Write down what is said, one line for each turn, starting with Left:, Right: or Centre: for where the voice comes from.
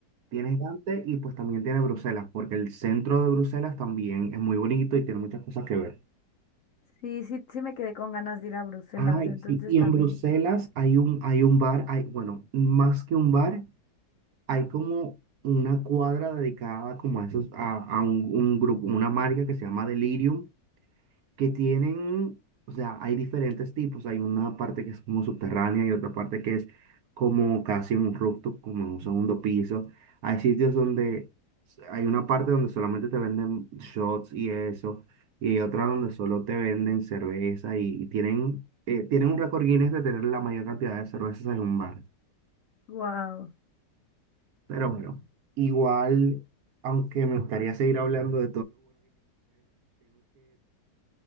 Right: Tienes Dante y pues también tiene Bruselas, porque el centro de Bruselas también es muy bonito y tiene muchas cosas que ver.
Left: Sí, sí, sí me quedé con ganas de ir a Bruselas,
Right: Ay,
Left: entonces
Right: sí, y
Left: también,
Right: en Bruselas hay un, hay un bar, hay, bueno, más que un bar, hay como una cuadra dedicada como a esos, a, a un, un grupo, una marca que se llama Delirium, que tienen, o sea, hay diferentes tipos. Hay una parte que es como subterránea y otra parte que es como casi en un rooftop, como en un segundo piso. Hay sitios donde s- hay una parte donde solamente te venden shots y eso, y hay otra donde solo te venden cerveza y, y tienen, eh, tienen un récord Guinness de tener la mayor cantidad de cervezas en un bar.
Left: wow,
Right: Pero bueno, igual. Aunque me gustaría seguir hablando